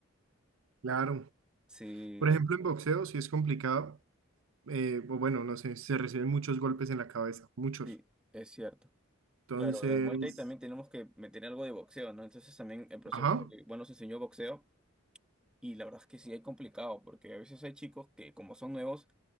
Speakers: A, on the right; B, in the centre.
A: claro.
B: Sí,
A: Por ejemplo, en boxeo sí es complicado. eh, o bueno, no sé, se reciben muchos golpes en la cabeza, muchos.
B: sí, es cierto.
A: Entonces,
B: Claro, en el Muay Thai también tenemos que meter algo de boxeo, ¿no? Entonces también el profesor
A: ajá,
B: como que, bueno, nos enseñó boxeo y la verdad es que sí es complicado porque a veces hay chicos que como son nuevos